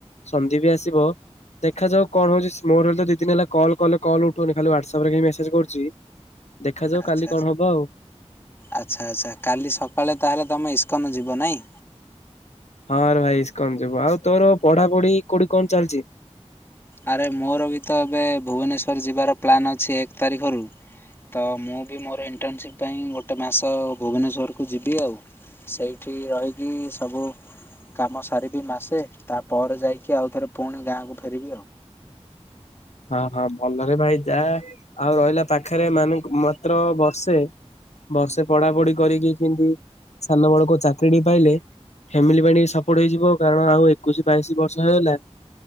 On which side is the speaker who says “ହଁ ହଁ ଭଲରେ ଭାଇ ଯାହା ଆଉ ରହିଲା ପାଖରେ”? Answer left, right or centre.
Left